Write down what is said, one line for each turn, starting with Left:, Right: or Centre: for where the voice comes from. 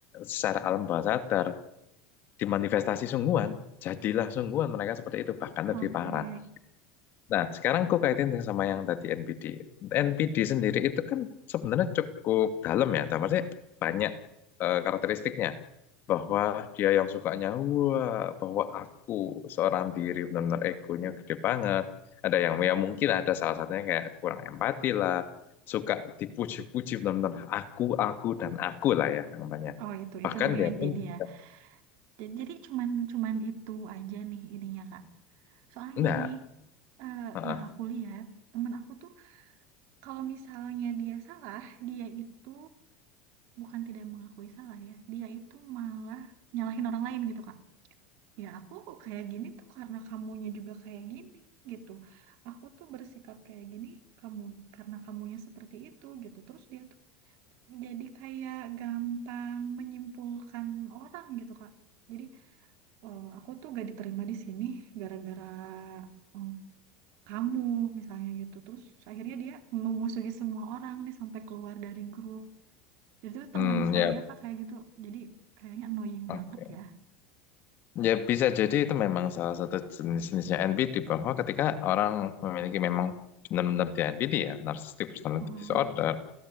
Left: secara alam bawah sadar dimanifestasi sungguhan, jadilah sungguhan mereka seperti itu, bahkan
Right: Oke.
Left: lebih parah. Nah, sekarang aku kaitin yang sama yang tadi NPD. NPD sendiri itu kan sebenarnya cukup dalam ya, tapi banyak eh, karakteristiknya. Bahwa dia yang sukanya, wah, bahwa aku seorang diri benar-benar egonya gede banget. Ada yang ya mungkin ada salah satunya kayak kurang empati lah, suka dipuji-puji benar-benar aku, aku, dan aku lah ya, namanya.
Right: Oh, itu
Left: Bahkan
Right: itu namanya
Left: dia
Right: NPD
Left: pun juga,
Right: ya. Jadi, jadi cuman cuman itu aja nih ininya Kak. Soalnya
Left: enggak,
Right: nih, eh,
Left: Heeh.
Right: yang aku lihat, temen aku tuh kalau misalnya dia salah, dia itu bukan tidak mengakui salah ya, dia itu malah nyalahin orang lain gitu, Kak. Ya aku kayak gini tuh karena kamunya juga kayak gini gitu. Aku tuh bersikap kayak gini kamu karena kamunya seperti itu gitu. Terus dia tuh jadi kayak gampang menyimpulkan orang gitu, Kak. Jadi, eh, aku tuh gak diterima di sini gara-gara eh, kamu misalnya gitu terus akhirnya dia memusuhi semua orang nih sampai keluar dari grup Jadi itu
Left: Hmm,
Right: teman saya
Left: ya,
Right: kak kayak gitu jadi kayaknya annoying
Left: oke.
Right: banget ya
Left: Ya bisa jadi itu memang salah satu jenis-jenisnya NPD bahwa ketika orang memiliki memang benar-benar di NPD ya, narcissistic personality
Right: Mm-mm.
Left: disorder,